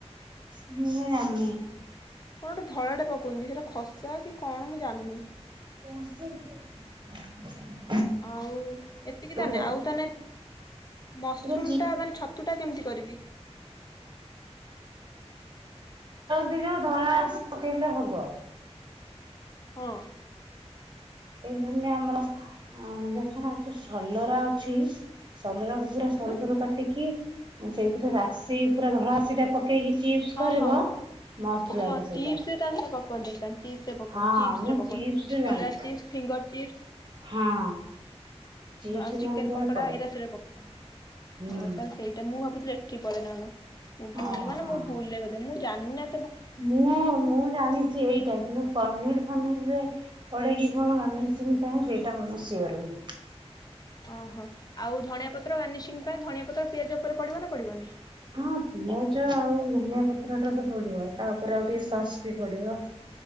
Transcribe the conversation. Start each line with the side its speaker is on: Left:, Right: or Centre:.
Right: ମୁଁ ସେଟା ଜାଣି ନାଇ।
Left: କଣ ଗୋଟ ଧଳାଟେ ପକଉଚନ୍ତି ସେଟା ଖସା କି କଣ ମୁଁ ଜାଣିନି।
Right: ମୁଁ ଜାଣିନି <inaudible>
Left: ଆଉ ଏତିକି ତାନଲେ
Right: ତ।
Left: ଆଉ ତାନେ ମସରୁମ
Right: ଯୋଉ
Left: ଟା ମାନେ ଛତୁ ଟା କେମିତି କରିବି?
Right: ସେଟା ଧଲା ରାଶି ପକେଇଲେ ହବ।
Left: ହଁ।
Right: ଏଇ ଧରିନିଅ ଆମର ଦେ ସଲରା ଅଛି ସଲରାକୁ ପୁରା ସରୁ
Left: ହୁଁ
Right: ସରୁ କାଟିକି ସେଇଥିରେ ରାଶି ପୁରା ଧଳାତାଶି ଟା ପକେଇକି ଚିପ୍ସ
Left: ହଁ
Right: କରିବ
Left: ହଁ
Right: ମସ୍ତ ଲାଗେ
Left: ହଁ।
Right: ସେଇଟା
Left: ଚିପ୍ସ ରେ ତା ସେ ପକାନ୍ତି ଚିପ୍ସ ରେ ପଉ
Right: ହଁ
Left: ଚିପ୍ସ
Right: ମୁଁ
Left: ରେ ପଉ
Right: ଚିପ୍ସରେ
Left: କଲରା
Right: ଜାଣିଛି
Left: ଚିପ୍ସ ଫିଙ୍ଗର ଚିପ୍ସ।
Right: ହଁ। ଚିପ୍ସ
Left: ଆଉ ଚିକେନ
Right: ମାନଙ୍କରେ
Left: ପକଡା
Right: ପଡେ
Left: ଏଇରା ସେଇଟା ପ
Right: ହୁଁ
Left: ହଁ ତାହେଲେ ସେଇଟା ମୁଁ ଭାବୁଥିଲି। ଲି ରେ ପଡେ ନା କ ମୁଁ ବୁଲ
Right: ଓହୋ
Left: ମାନେ ମୁଁ ଭୁଲ ରେ ବୋଧେ ମୁଁ ଜଣେ
Right: ମୁଁ ମୁଁ ଜାଣିଛି ଏଇଟା କିନ୍ତୁ ପନିର ଫନିର ପଡ଼କି କଣ ନ ମିସିଙ୍ଗ ପାଇଁ ସେଇଟା ମୂସିିନ୍ତ
Left: ଓହୋ ଆଉ ଧନିଆ ପତ୍ର ବି ପାଇଁ ଧଣିଆ ପତ୍ର ପିଆଜ ଉପରେ ପଡ଼ିବ ନା ପଡିବନି
Right: ହଁ ପିଆଜ ଆଉ ଧନିଆ ପତ୍ର ଟା ତ ପଡିବ ତା ଉପରେ ଆଉ ଟିକେ ସସ୍ ବି ପଡିବ